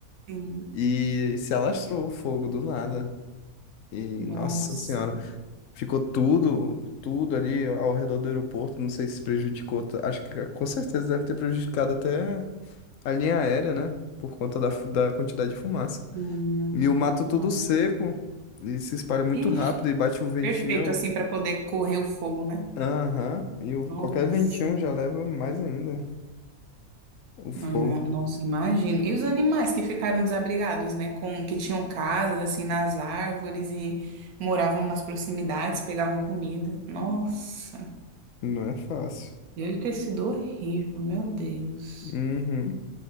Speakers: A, on the right; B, on the left.
A: Sim.
B: E se alastrou o fogo do nada. E,
A: Nossa.
B: nossa senhora, ficou tudo, tudo ali ao redor do aeroporto, não sei se prejudicou, t- acho que com certeza deve ter prejudicado até a linha aérea, né, por conta da, fu- da quantidade de fumaça.
A: Sim.
B: E o mato tudo
A: Nossa.
B: seco, e se espalha muito
A: Ixi,
B: rápido, e bate o ventinho,
A: perfeito, assim, para poder correr o fogo, né?
B: aham, e o,
A: Nossa.
B: qualquer ventinho já leva mais ainda. O fogo
A: Não, imo- nossa, imagino. E os animais que ficaram desabrigados, né? Com, que tinham casas assim nas árvores e moravam nas proximidades, pegavam comida. Nossa,
B: não é fácil.
A: deve ter sido horrível, meu Deus.
B: Uhum.